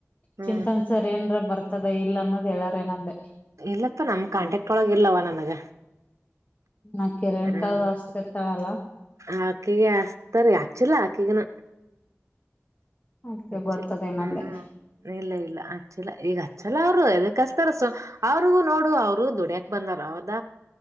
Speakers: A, on the right; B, on the left.
A: ಹ್ಮ್
B: ಚಿಂತನ್ ಸರ್ ಏನ್ರ ಬರ್ತದ ಇಲ್ಲ ಅನ್ನೋದು ಹೇಳಾರ ನಂದೇ
A: ಇಲ್ಲಪ್ಪಾ ನಮ್ ಕಾಂಟ್ಯಾಕ್ಟ್ ಒಳಗ ಇಲ್ಲವ ನನಗ
B: ಆಕಿ ರೇಣುಕಾಗ
A: ಹ
B: ಹಚ್ತಿರ್ತಾಳಲ್ಲ
A: ಹಾಕಿಗೆ ಅಸ ತ್ತಾರೆ ಆಚ್ಚಿಲ್ಲಾ ಆಕಿ ಈಗನ
B: ಅದ್ಕೆ
A: ಹಚ್ಚಿಲ್ಲ
B: ಗೊತ್ತದೇನಂದೆ
A: ಹ್ಮ್ ಇಲ್ಲ ಇಲ್ಲ ಹಚ್ಚಿಲ್ಲ ಈಗ ಹಚ್ಚಲ್ಲ ಅವರು ಎದಕ್ಕಸ ತಸ ಅವ್ರಗೂ ನೋಡು ಅವರು ದುಡಿಯಕ್ ಬಂದಾರ ಹೌದ